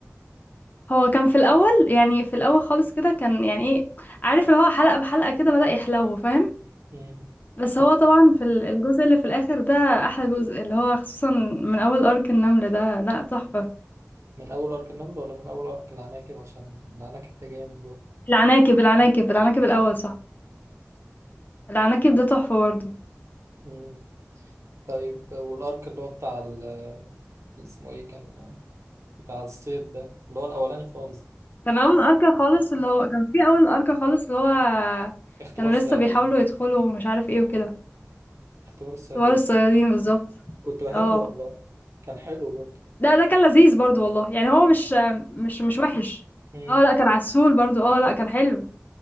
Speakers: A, on the left; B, on the right.
A: هو كان في الأول يعني في الأول خالص كده كان يعني إيه عارف اللي هو حلقة بحلقة كده بدأ يحلو فاهم
B: امم
A: بس هو طبعا في ال- الجزء اللي في الآخر ده أحلى جزء اللي هو خصوصا من أول أرك النملة ده لأ تحفة
B: من اول ارك النمل ولا من اول ارك العناكب عشان العناكب ده جامد برضه
A: العناكب العناكب العناكب الأول صح العناكب ده تحفة برضو
B: امم طيب والارك اللي هو بتاع ال- اسمه ايه كان بتاع الصيد ده اللي هو الأولاني خالص ده.
A: كان اول اركا خالص اللي هو كان في اول اركا خالص اللي هو
B: اختبار
A: كانوا
B: الصيادين
A: لسه بيحاولوا
B: ده
A: يدخلوا ومش عارف ايه
B: آه،
A: وكده
B: اختبار الصيادين
A: كبار الصيادين بالظبط
B: كنت بحبه
A: اه
B: والله كان حلو برضه
A: لا ده كان لذيذ برضو والله يعني هو مش مش مش وحش
B: امم
A: اه لا كان عسول برضو اه لا كان حلو